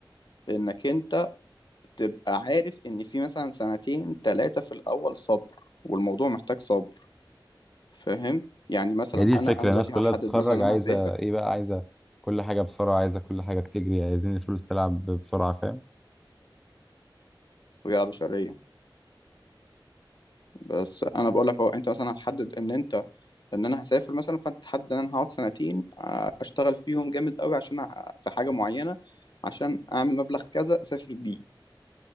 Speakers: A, on the left; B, in the centre.
A: انك انت تبقى عارف ان في مثلا سنتين ثلاثه في الاول صبر والموضوع محتاج صبر فاهم يعني مثلا
B: هي دي الفكرة
A: انا انا
B: الناس
A: دلوقتي
B: كلها
A: هحدد
B: بتتخرج
A: مثلا
B: عايزة
A: إن انا هسافر
B: ايه بقى عايزة كل حاجة بسرعة عايزة كل حاجة بتجري عايزين الفلوس تلعب بسرعة فاهم
A: ويا بشريه بس انا بقول لك اهو انت مثلا هتحدد ان انت ان انا هسافر مثلا فانت تحدد ان انا هقعد سنتين آه، اشتغل فيهم جامد قوي عشان أ- في حاجه معينه عشان اعمل مبلغ كذا اسافر بيه